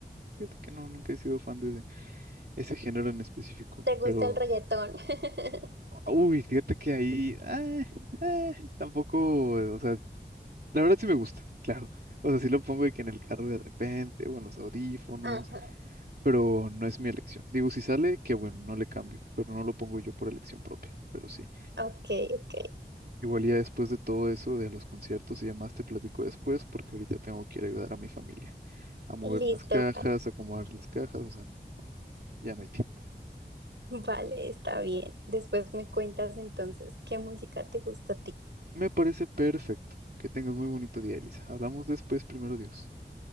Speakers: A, on the right (about 60°); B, on the right (about 80°).
A: Fíjate que no, nunca he sido fan de, ese género en específico,
B: ¿Te gusta
A: pero,
B: el reggaetón? <laughs>
A: uy, fíjate que ahí, ah, ah, tampoco, o sea, la verdad sí me gusta, claro, o sea, sí lo pongo de que en el carro de repente o en los audífonos,
B: Ajá.
A: pero no es mi elección. Digo, si sale, que bueno, no le cambio, pero no lo pongo yo por elección propia, pero sí.
B: Ok, ok.
A: Igual ya después de todo eso, de los conciertos y demás, te platico después, porque ahorita tengo que ir a ayudar a mi familia a mover
B: Listo,
A: unas cajas,
B: vale.
A: a acomodar las cajas, o sea, no, ya no hay tiempo.
B: Vale, está bien. Después me cuentas entonces qué música te gusta a ti.
A: Me parece perfecto. Que tengas muy bonito día, Elisa. Hablamos después, primero Dios.